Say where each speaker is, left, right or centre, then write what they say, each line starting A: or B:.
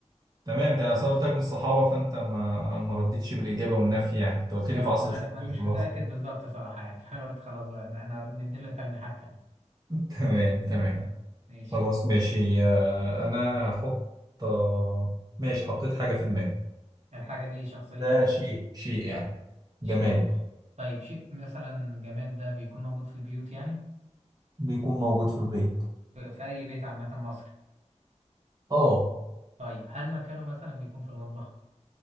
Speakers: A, on the right; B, on the right.
A: تمام انت اصلا قلت لك من الصحابه فانت ما ما ردتش بالاجابه والنفي يعني انت قلت لي
B: اه
A: في عصر
B: ما انا
A: الخلافه
B: ما انا مش
A: <laughs> خلاص
B: متاكد بالظبط صراحه يعني <laughs> فانا قلت خلاص بقى انا أنا نديله تلميحات تانية
A: تمام تمام
B: طب، ماشي
A: خلاص ماشي آه، انا هحط آه، ماشي حطيت حاجة في دماغي
B: الحاجة دي شخصية
A: ده شيء شيء يعني
B: شيء
A: جماد
B: طيب شيء مثلا جماد ده بيكون موجود في البيوت يعني
A: بيكون موجود في البيت
B: في في أي بيت عامة مصري
A: اه
B: طيب هل مكانه مثلا بيكون في المطبخ